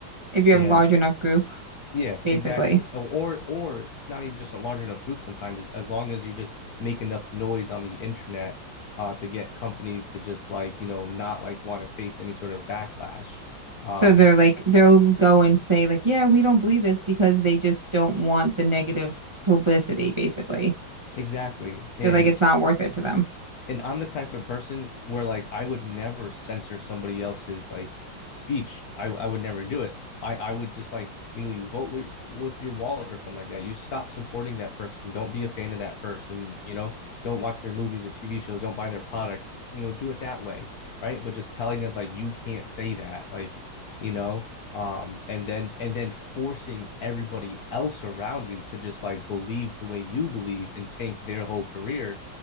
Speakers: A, on the right; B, on the left.
A: If you
B: and
A: have a large enough group,
B: yeah,
A: basically.
B: exactly. Or or it's not even just a large enough group. Sometimes as, as long as you just make enough noise on the internet uh, to get companies to just like you know not like want to face any sort of backlash. Um,
A: So they're like they'll go and say like, yeah, we don't believe this because they just don't want the negative publicity, basically.
B: exactly. And
A: feel like it's not worth it to them.
B: and I'm the type of person where like I would never censor somebody else's like speech. I I would never do it. I I would just like you know you vote with, with your wallet or something like that. You stop supporting that person. Don't be a fan of that person. You know, don't watch their movies or TV shows. Don't buy their product. You know, do it that way, right? But just telling them like you can't say that, like you know um and then and then forcing everybody else around you to just like believe the way you believe and tank their whole career